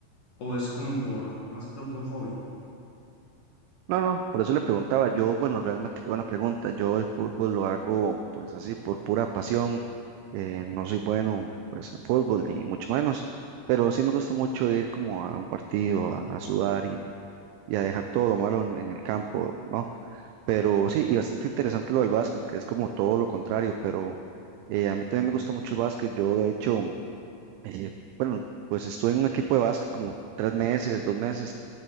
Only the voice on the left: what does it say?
o es como por, más que todo por un hobby?